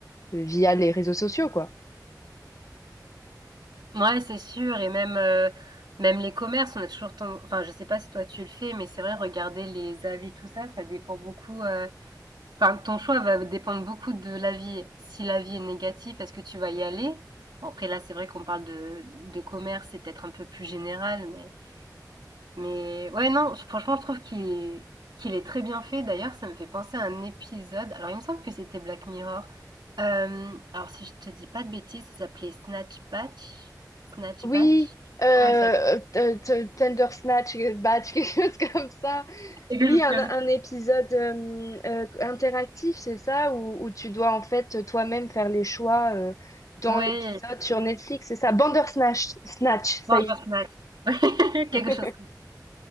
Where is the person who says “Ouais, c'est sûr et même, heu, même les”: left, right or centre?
Right